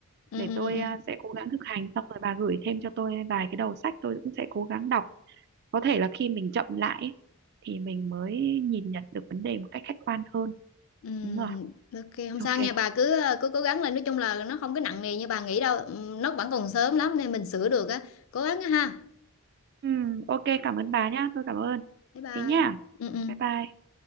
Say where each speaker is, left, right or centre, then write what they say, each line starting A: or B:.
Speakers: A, on the left; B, on the right.
A: Ừ,
B: Để
A: ừ,
B: tôi
A: ừ. ừ.
B: ờ, sẽ cố gắng thực hành xong rồi bà gửi thêm cho tôi vài cái đầu sách tôi cũng sẽ cố gắng đọc. Có thể là khi mình chậm lại ấy, thì mình mới nhìn nhận được vấn đề một cách khách quan hơn.
A: Ừ,
B: Đúng rồi,
A: ok không
B: ok.
A: sao nha bà cứ ờ, cứ cố gắng lên nói chung là nó không có nặng nề như bà nghĩ đâu Ừ, nó vẫn còn sớm lắm nên mình sửa được á cố gắng á ha
B: Ừ, ok cảm ơn bà nhá, tôi cảm ơn.
A: bye bye
B: Thế nhá,
A: ừ, ừ.
B: bye bye.